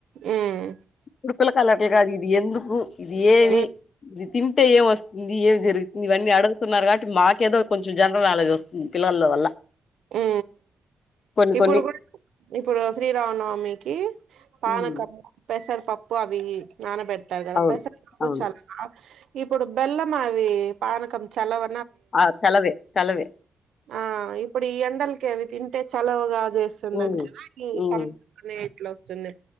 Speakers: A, on the right; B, on the left.
A: ఉమ్
B: కుడు పిల్లకాయలు అట్లా గాదు ఇది ఎందుకు ఇది ఏవి
A: ఉ
B: ఇ తింటే ఏం వస్తుంది ఏం జరుగుతుంది ఇవన్నీ అడుగుతున్నారు కాబట్టి మాకేదో కొంచెం జనరల్ నాలెడ్జ్ వస్తుంది పిల్లల వల్ల
A: ఉ
B: కొన్ని
A: ఇప్పుడు
B: కొన్ని
A: కూడా ఇప్పుడు శ్రీరామనవమి కి పనకం
B: హ్మ్
A: పెసర పప్పు ప్పు అవి నాన బెట్ తదా
B: అవును
A: పస కో
B: అవును
A: చాల్ నా ఇప్పుడు బెల్లమావి పానకం చలవ
B: ఆ చలవే చలవే
A: ఆ ఇ ఇప్పుడు ఈ ఎండలకే అవి తింటే చలవుగాత్ చేస్తుందని
B: హ్మ్
A: ఈ
B: హ్మ్
A: సం నే ఇట్లా వస్తుందే